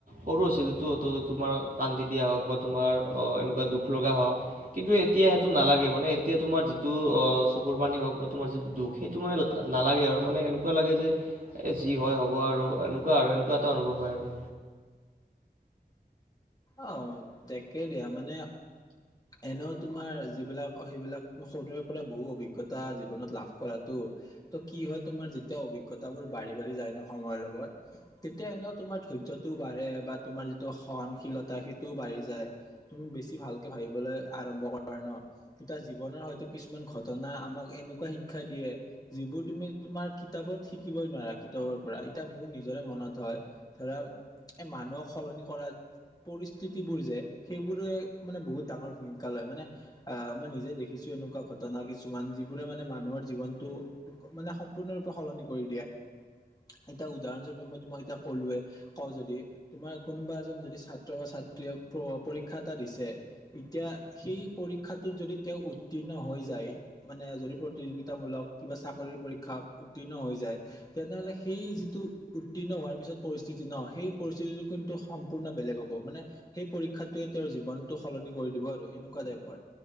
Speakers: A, on the right; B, on the left.
A: সৰু আছিলোতো তোমাৰ কান্দি দিয়া হওঁক বা তোমাৰ এনেকোৱা দুখ লগা হওঁক - কিন্তু এতিয়া সেইটো নালাগে মানে এতিয়া তোমাৰ যিটো অ চকুৰ পানী হওক বা তোমাৰ যিটো দুখ সেইটো মানে নালাগে আৰু মানে এনেকুৱা লাগে যে এ যি হয় হ'ব আৰু এনেকুৱা আৰু এনেকুৱা এটা অনুভৱ হয় আৰু
B: আহ তাকেই দিয়া মানে এনেও তোমাৰ যিবিলাক সেইবিলাক সৰুৰে পৰা বহু অভিজ্ঞতা জীৱনত লাভ কৰাতো- ত কি হয় তোমাৰ যেতিয়া অভিজ্ঞতা বোৰ বাঢ়ি বাঢ়ি যায় ন সময়ৰ লগত তেতিয়া এনেও তোমাৰ ধৈৰ্যটোও বাঢ়ে বা তোমাৰ যিটো সহনশীলতা। সেইটো বাঢ়ি যায় তুমি বেছি ভালকে ভাবিবলৈ আৰম্ভ কৰা নাৰ জীৱনৰ হয়তো। কিছুমান ঘটনা আমাক এনেকুৱা শিক্ষা দিয়ে যিবোৰ তুমি তোমাৰ কিতাপত শিকিবই নোৱাৰা। পৰা এতিয়া মোৰ নিজৰে মনত হয় ধৰা এই মানুহক সলনি কৰা। পৰিস্থিতি বোৰ যে সেইবোৰে মানে বহুত ডাঙৰ ভূমিকা লয় মানে আহ মই নিজে দেখিছো। তেনেকুৱা ঘটনা কিছুমান যিবোৰে মানে মানুহৰ জীৱনটো মানে সম্পূৰ্ণৰূপে সলনি কৰি দিয়ে। এতিয়া উদাহৰণস্বৰূপে মই তোমাক এতিয়া ক'লোৱে কওঁ যদি তোমাৰ কোনোবা এজন যদি- ছ বা ছাত্ৰীয়ে পৰীক্ষা এটা দিছে এতিয়া সেই পৰীক্ষাটোত যদি তেওঁ উত্তীৰ্ণ হৈ যায় মানে যদি প্ৰতিযোগিতামূলক কিবা চাকৰিৰ পৰীক্ষা উত্তীৰ্ণ হৈ যায়। তেনেহ'লে সেই যিটো উত্তীৰ্ণ হোৱাৰ পিছত পৰিস্থিতি ন। সেই পৰিস্থিতিটো কিন্তু সম্পূৰ্ণ বেলেগ হ'ব। মানে সেই পৰীক্ষাতয়ে তেওঁৰ জীৱনতটো সলনি কৰি দিব আৰু এনেকুৱা টাইপৰ